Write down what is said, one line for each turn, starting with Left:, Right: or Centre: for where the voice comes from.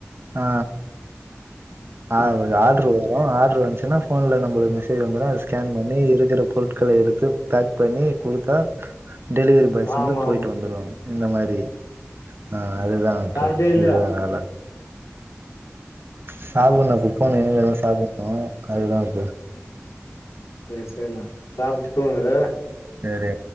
Right: ஆ ஆ
Left: ம்.
Right: ஆர்டரு ஆர்டரு வந்துச்சின்னா போன்ல நம்மளுக்கு மெசே மெசேஜ் வந்துரு அத ஸ்கேன் பண்ணி இருக்கிற பொருட்கள எடுத்து பேக் பண்ணி குடுத்தா டெலிவரி பாய்ஸ்
Left: ஆமா
Right: வந்து போயிட்டு
Left: ஆமா
Right: வந்துருவாங்க இந்த மாரி ஆ அதுதா அது
Left: சாப்ட்டியா இல்லயா
Right: இதுதா வேல சாப்ன்னு
Left: சா
Right: புக் பண்ணே இனிமேதா சாப்டணு அதுதா இப்ப
Left: சேரி சேரிண்ணா சாப்ட்டு தூங்குங்க
Right: சேரி